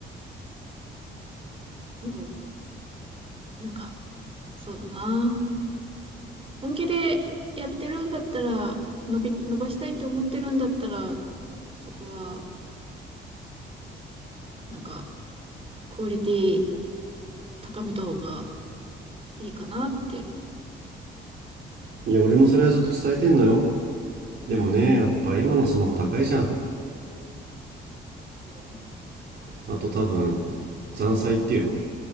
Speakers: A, on the right; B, on the right.
A: うん。なんか、そうだな。本気でやってるんだったら、伸び、伸ばしたいと思ってるんだったら、そこは、なんか、クオリティ高めた方がいいかなって。
B: いや、俺もそれはずっと伝えてんのよ。
A: うん。
B: でもね、やっぱ今のスマホ高いじゃん。
A: うん
B: あと多分、残債っていうの